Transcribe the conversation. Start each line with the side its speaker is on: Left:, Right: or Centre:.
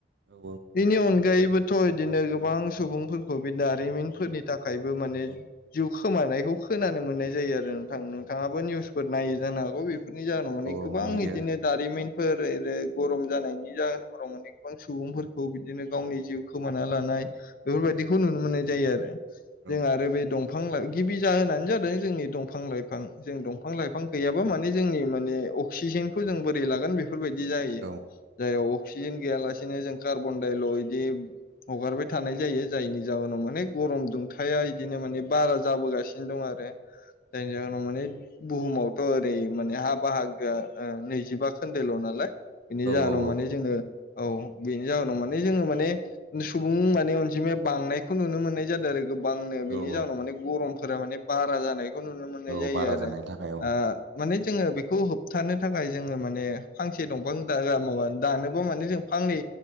Right: औ
Left: बेनि अनगायैबोथ' इदिनो गोबां सुबुंफोरखौ बे दारिमिनफोरनि थाख खायबो माने
Right: औ
Left: जिउ खोमानायखौ खोनानो मोननाय जायो आरो नोंथां नोंथाङाबो
Right: औ
Left: निउसफोर नायो जानो हागौ बे बेफोरनि जाहोनाव
Right: औ
Left: माने
Right: औ
Left: गोबां
Right: नुयो
Left: इदिनो दारिमिनफोर एरै गरम जानायनि जाहोनफोराव माने गोबां सुबुंफोरखौ बिदिनो गावनि जिउ खोमाना लानाय बेफोरबायदि बिदिखौ नुनो मोननाय जायो आरो जों
Right: औ
Left: आरो बे दंफां लाइ गिबि जाहोनानो जादों जोंनि दंफां लाइफां जों दंफां लाइफां गैयाबा माने जोंनि माने अक्सिजेनखौ जों बोरै लागोन बे बेफोरबायदि जायो
Right: औ
Left: जाय अक्सिजेन गैयालासेनो जों कार्बन दायल' बिदि हगारबाय थानाय जायो जायनि जाहोनाव माने गरम दुंथाया बिदिनो माने बारा जाबोगासिनो द आरो जायनि जाहोनाव माने बुहुमावथ' ओरै माने हा बाहागोया नैजिबा खोन्दोल' नालाय बेनि
Right: औ
Left: जाहोनाव
Right: औ
Left: माने जोङो औ बेनि जाहोनाव माने जोङो माने सुबुं माने अनजिमाया बांनायखौ नुनो मोननाय जादों आरो। गोबांनो बिनि
Right: औ
Left: जाउनाव
Right: औ
Left: माने गरमफोरा माने बारा जानाय बे नुनो मोननाय
Right: औ
Left: जायो
Right: बारा
Left: आरो
Right: जानायनि थाखाय औ
Left: आ- माने जोङो बेखौ होबथानो थाखाय जोङो माने फांसे दंफां मावा दानोबा माने जों फांनै